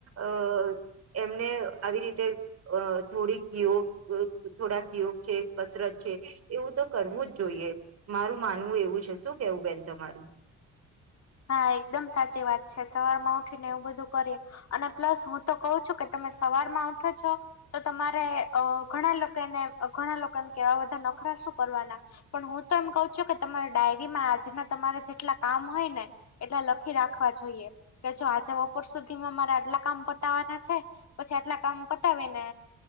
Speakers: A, on the right (about 55°); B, on the left (about 60°).
A: અ એમને આવી રીતે અ થોડીક યોગ થોડા કયોગ છે કસરત છે એવું તો કરવું જ જોઈએ મારું માનવું એવું છે શું કેવું બેન તમારું
B: હા એકદમ સાચી વાત છે સવાર માં ઉઠીને એવું બધું કરી અને પ્લસ હું તો કહું છું કે તમે સવાર માં ઉઠો છો તો તમારે અ ઘણા લોકોને ઘણા લોકો એમ કેવાય આ બધા નખરા શું કરવાના પણ હું તો એમ કઉ છું કે તમારા ડાયરીમાં આજના તમારા જેટલા કામ હોય ને એટલા લખી રાખવા જોઈએ કે જો આજે બપોર સુધીમાં મારા આટલા કામ બતાવાના છે પછી આટલા કામ પતાવી ને